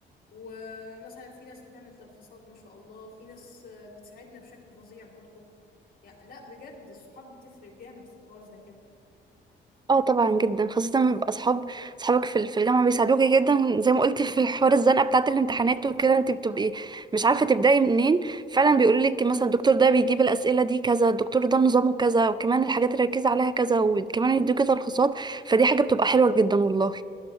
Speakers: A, on the left; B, on the right.
A: ومثلا في ناس بتعمل تلخيصات ما شاء الله في ناس آه، بتساعدنا بشكل فظيع برضو يعني لا بجد الصحاب بتفرق جامد في حوار زي كده
B: اه طبعا جدا خاصة لما يبقى اصحاب اصحابك في ال- في الجامعة بيساعدوك جدا زي ما قلت في حوار الزنقة بتاعة الامتحانات وكده انت بتبقي مش عارفة تبدأي منين فعلا بيقولوا لك مثلا الدكتور ده بيجيب الأسئلة دي كذا الدكتور ده نظامه كذا وكمان الحاجات اللي ركز عليها كذا وكمان يدوكي تلخيصات فدي حاجة بتبقى حلوة جدا والله